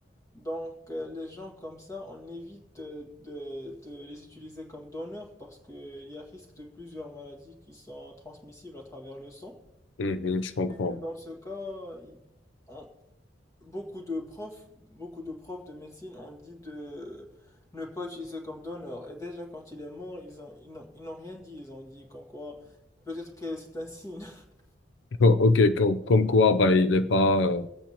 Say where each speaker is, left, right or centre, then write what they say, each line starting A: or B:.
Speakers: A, on the left (about 20°); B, on the left (about 80°).
A: Donc, euh, les gens comme ça, on évite euh, de, de les utiliser comme donneurs parce qu'il y a risque de plusieurs maladies qui sont transmissibles à travers le sang.
B: Mhm, je comprends.
A: Et dans ce cas, il- on- beaucoup de profs, beaucoup de profs de médecine ont dit de ne pas utiliser comme donneur. Et déjà, quand il est mort, ils ont, ils n'ont, ils n'ont rien dit. Ils ont dit comme quoi, peut-être que c'est un signe. <laughs>
B: Oh, Ok, comme, comme quoi, bah, il est pas, euh,